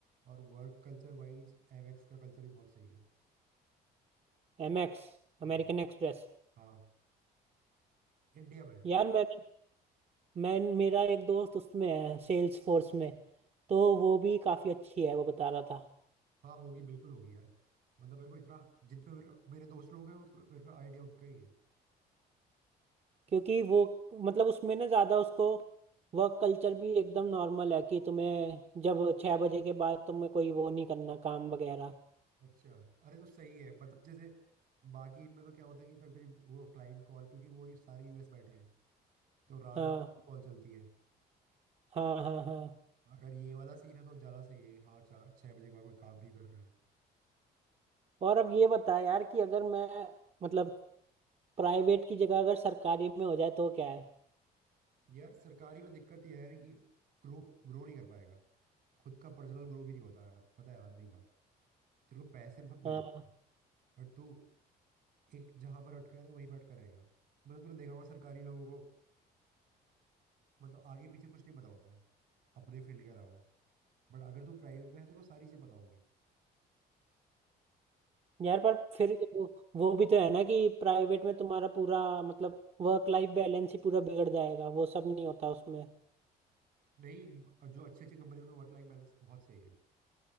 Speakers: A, on the right; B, on the right.
A: और वर्क कल्चर वाइज एवेक्स का कल्चर भी बहुत सही है
B: Amex
A: हाँ
B: American Express
A: हाँ इंडिया में
B: यार मैंने मैं मेरा एक दोस्त उसमें है सेल्स फोर्स में तो वो भी काफ़ी अच्छी है वो बता रहा था
A: हाँ होगी बिल्कुल होगी यार मतलब मेरे को इतना जितने मेरे मेरे दोस्त लोग हैं और मेरे को आइडिया उनका ही है
B: क्योंकि वो मतलब उसमें ना ज़्यादा उसको वर्क कल्चर भी एकदम नॉर्मल है कि तुम्हें जब छः बजे के बाद तुम्हें कोई वो नहीं करना काम वगैरह
A: अच्छा अरे तो सही है मतलब जैसे बाकी इनमें तो क्या होता है कि कभी कभी वो क्लाइंट कॉल क्योंकि वो ये सारे यूएस बैठे हैं तो रात
B: हाँ
A: रात की कॉल चलती है
B: हाँ हाँ हाँ
A: अगर ये वाला सीन है तो ज्यादा सही है कि हाँ चार छह बजे के बाद कोई काम नहीं करना है
B: और अब ये बता यार कि अगर मैं मतलब प्राइवेट की जगह अगर सरकारी में हो जाए तो क्या है
A: यार सरकारी में दिक्कत ये है ना कि ग्रो ग्रो नहीं कर पाएगा खुद का पर्सनल ग्रो भी नहीं होता यार पता है आदमी का तेरे को पैसे बहुत मिल
B: हाँ
A: जाते हैं बट तू एक जहां पर अटका है ना वहीं पर अटका रहेगा मतलब तूने देखा होगा सरकारी लोगों को मतलब आगे पीछे कुछ नहीं पता होता है अपने फील्ड के अलावा बट अगर तू प्राइवेट में है तो तेरे को सारी चीजें पता होगी
B: यार पर फिर वो वो भी तो है ना कि प्राइवेट में तुम्हारा पूरा मतलब वर्क लाइफ बैलेंस ही पूरा बिगड़ जाएगा वो सब नहीं होता उसमें
A: नहीं ब- जो अच्छी अच्छी कंपनी में वर्क लाइफ बैलेंस बहुत सही है